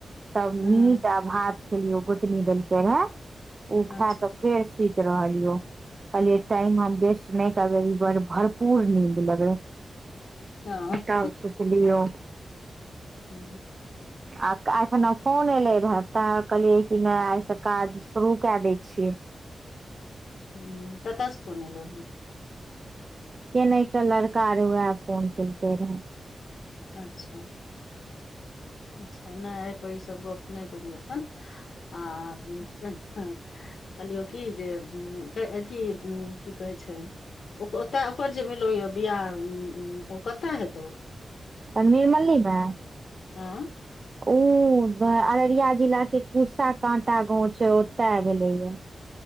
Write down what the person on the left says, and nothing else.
हूँ
अच्छा
हँ
हू
ह कतसे फोन एलो
अच्छा अच्छा नहि पै इ सब गप नहि करिय ने आ कहलियौ की जे अथी ह की कहै छै ओतय ओकर जे भेलौ यए बियाह ओ कतय हेतौ
हाँ